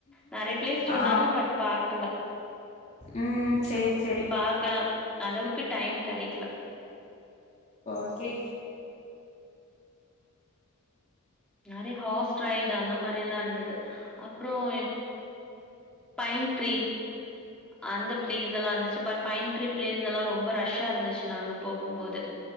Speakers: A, in the centre; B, on the left (about 30°).
A: நறைய பிளேஸ் சொன்னாங்க
B: ஆ
A: பட் பாக்கல
B: ம் சேரி சேரி
A: பாக்கலா அளவுக்கு டைம் கெடைக்கல
B: ஓகே
A: நெறைய ஹார்ஸ் ரைடு அந்த மாரில்லா இருந்தது அப்புறம் பயின் ட்ரீ அந்த பிளேஸ் எல்லா இருந்துச்சு பட் பயின்ட்ரி பிளேஸ் எல்லா ரொம்ப ரஷ்ஷா இருந்துச்சு நாங்க போகும்போது